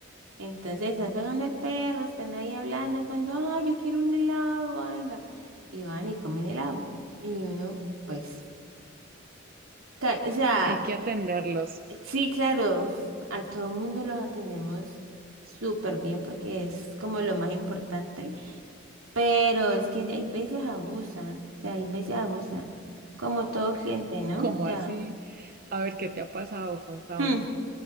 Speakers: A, on the right; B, on the right.
A: entonces están sacando el perro, están ahí hablando cuando, ay, yo quiero un helado, venga. Y van y comen helado. Y uno, pues, Ca- O sea,
B: Hay que atenderlos.
A: sí, claro, a todo mundo los atendemos súper bien porque es como lo más importante, pero es que hay veces abusan, o sea, hay veces abusan, como todo cliente, ¿no?
B: como
A: O sea,
B: así? A ver, ¿qué te ha pasado? Contame.
A: hmm,